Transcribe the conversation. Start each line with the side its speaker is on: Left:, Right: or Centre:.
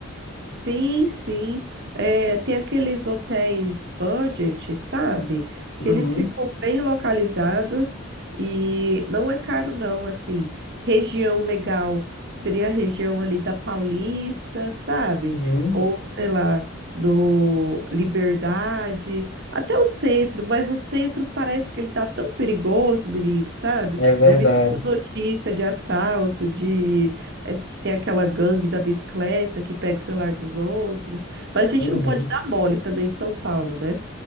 Right: Sim, sim. É, tem aqueles hotéis budget, sabe?
Left: Uhum,
Right: Que eles ficam bem localizados e não é caro, não. Assim, região legal seria a região ali da Paulista, sabe?
Left: uhum,
Right: Ou sei lá, no Liberdade, até o centro, mas o centro parece que ele tá tão perigoso, menino, sabe?
Left: é verdade.
Right: Eu vi tanta notícia de assalto, de é que tem aquela gangue da bicicleta que pega o celular dos outros. Mas a gente
Left: Uhum,
Right: não pode dar mole também em São Paulo, né?